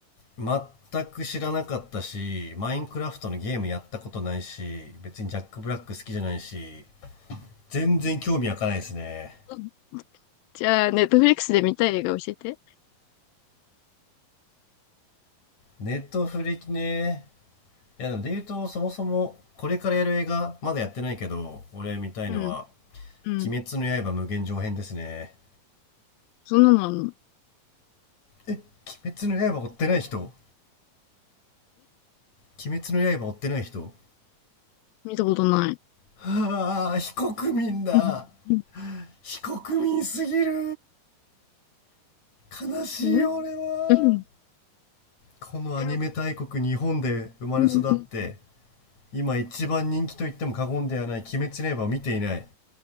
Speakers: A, on the left; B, on the left.
A: 全く知らなかったし、マインクラフトのゲームやったことないし、別にジャック・ブラック好きじゃないし、全然興味湧かないですね。
B: うんじゃあ、ネットフリックスで見たい映画教えて。
A: ネットフリね。いや、でも言うと、そもそも、これからやる映画、まだやってないけど、俺見たいのは、
B: うん。うん。
A: 鬼滅の刃無限上編ですね。
B: そんなのあんのん
A: え、鬼滅の刃追ってない人鬼滅の刃追ってない人
B: 見たことない。
A: はあ、非国民だ。
B: うんうん
A: 非国民すぎる。悲しいよ俺は。
B: えうん
A: このアニメ大国日本で生まれ育って
B: うん。うん
A: 今一番人気と言っても過言ではない「鬼滅の刃」を見ていない